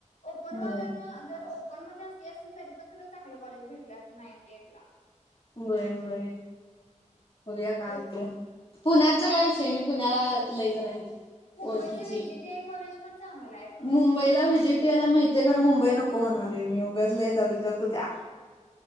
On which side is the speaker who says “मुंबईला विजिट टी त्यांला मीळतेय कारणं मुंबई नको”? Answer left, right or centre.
Left